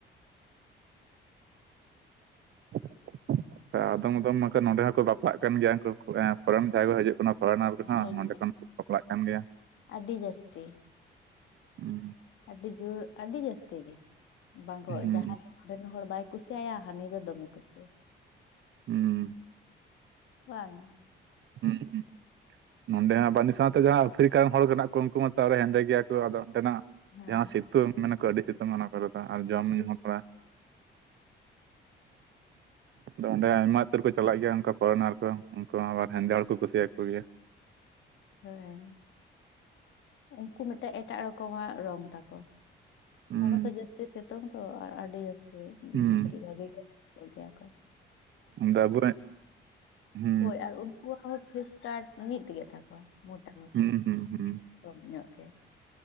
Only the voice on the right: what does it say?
<inaudible> ᱟᱫᱚᱢ ᱟᱫᱚᱢ ᱱᱟᱠᱷᱟᱡ ᱱᱚᱸᱰᱮ ᱦᱚᱸᱠᱚ ᱵᱟᱯᱞᱟᱜ ᱠᱟᱱ ᱜᱮᱭᱟ ᱩᱱ ᱯᱷᱚ ᱨᱮᱱ ᱡᱟᱭᱜᱟ ᱠᱚ ᱦᱤᱡᱩᱜ ᱠᱟᱱᱟ᱾ ᱯᱦᱳᱨᱮᱱᱟᱨ ᱠᱚᱦᱚ
ᱱᱚᱰᱮ ᱜᱷᱚᱱ ᱠᱚ ᱵᱟᱯᱞᱟᱜ ᱱᱚᱸᱰᱮ ᱠᱷᱚᱱ ᱥᱟᱯᱲᱟᱜ ᱠᱟᱱ ᱜᱮᱭᱟ
ᱦᱩᱸ
ᱦᱩᱸ
ᱦᱩᱸ
ᱦᱩᱸ ᱦᱩᱸ ᱱᱚᱸᱰᱮ ᱦᱚᱸ ᱚᱹᱱᱤ ᱥᱟᱶᱛᱮ ᱡᱟᱦᱟᱸᱭ ᱟᱯᱷᱨᱤᱠᱟ ᱨᱮᱱ ᱦᱚᱲ ᱢᱮᱱᱟᱜ ᱠᱚᱣᱟ ᱩᱱᱠᱩ ᱦᱚᱛᱚ ᱦᱮᱸᱫᱮ ᱜᱮᱭᱟ ᱠᱚ ᱟᱫᱚᱼᱼ ᱚᱸᱰᱮ ᱱᱟᱜ
ᱡᱟᱦᱟᱸ ᱥᱤᱛᱩᱝ ᱢᱮᱱᱟ ᱠᱚ ᱟᱹᱰᱤ ᱥᱤᱛᱩᱝ ᱠᱚ ᱟᱨ ᱡᱚᱢ
ᱧᱩ ᱦᱚᱸ ᱛᱷᱚᱲᱟ᱾ ᱟᱫᱚ ᱚᱸᱰᱮ ᱟᱭᱢᱟ ᱩᱛᱟᱹᱨ ᱠᱚ ᱪᱟᱞᱟᱜ ᱜᱮᱭᱟ ᱚᱱᱠᱟ ᱯᱷᱚᱨᱮᱱᱟᱨ ᱠᱚ ᱩᱱᱠᱩ ᱟᱵᱟᱨ ᱦᱮᱸᱫᱮ ᱦᱚᱲ ᱠᱚ ᱠᱩᱥᱤ ᱭᱟᱠᱚ ᱜᱮᱭᱟ᱾
ᱦᱩᱸ
ᱦᱩᱸ
ᱚᱰᱮ ᱟᱵᱚ ᱨᱮᱱᱼᱼ ᱦᱚᱢ
ᱦᱩᱸ ᱦᱩᱸ ᱦᱩᱸ